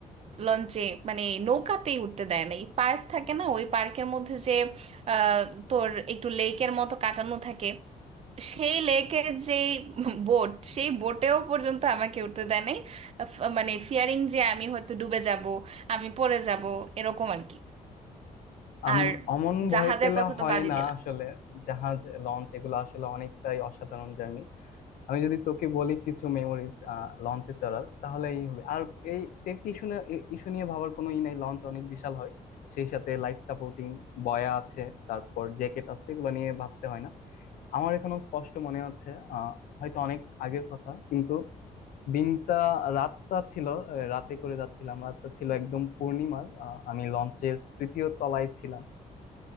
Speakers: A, on the right; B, on the left.
A: লঞ্চে মানে নৌকাতেই উঠতে দেয় নাই পার্ক থাকে না ওই পার্কের মধ্যে যে আহ, তোর একটু লেকের মতো কাটানো থাকে সেই লেকের যেই বোট সেই বোটেও পর্যন্ত আমাকে উঠতে দেয় নাই আহ, মানে ফিয়ারিং যে আমি হয়তো ডুবে যাব আমি পড়ে যাব এরকম আর কি
B: আম
A: আর
B: অমন
A: জাহাজের
B: ভয় পেলে
A: কথা
B: হয়
A: তো বাদই
B: না
A: দিলাম
B: আসলে জাহাজ লঞ্চ এগুলো আসলে অনেকটাই অসাধারণ জার্নি আমি যদি তোকে বলি কিছু মেমোরিজ লঞ্চে চড়ার তাহলে এই হবে আর এই সেফটি ইস্যু ইস্যু নিয়ে ভাবার কোনো ই নাই লঞ্চ অনেক বিশাল হয় সেই সাথে লাইফ সাপোর্টিং বয়া আছে তারপর জ্যাকেট আছে এগুলো নিয়ে ভাবতে হয় না আমার এখনো স্পষ্ট মনে হচ্ছে আহ হয়তো অনেক আগের কথা কিন্তু দিনটা রাতটা ছিল আহ, রাতে করে যাচ্ছিলাম রাতটা ছিল একদম পূর্ণিমার আহ, আমি লঞ্চের তৃতীয় তলায় ছিলাম